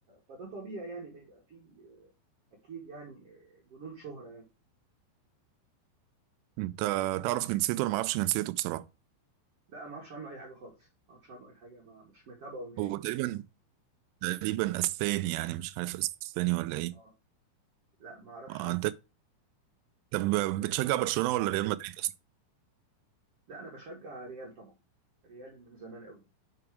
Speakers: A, on the right (about 60°); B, on the right (about 85°).
A: فده طبيعي يعني بيبقى فيه آه، اكيد يعني آه، جنون شهرة يعني
B: انت تعرف جنسيته انا ما اعرفش جنسيته بصراحة
A: لا ما اعرفش عنه اي حاجه خالص ما اعرفش عنه اي حاجه ما مش متابعه نهائي
B: هو
A: دلوقتي.
B: تقريبا تقريبا اسباني يعني مش عارف اسباني ولا ايه
A: اه لا ما اعرفش
B: آه،
A: عنه
B: انت طب بتشجع برشلونة ولا ريال مدريد
A: لا انا بشجع ريال طبعا ريال من زمان قوي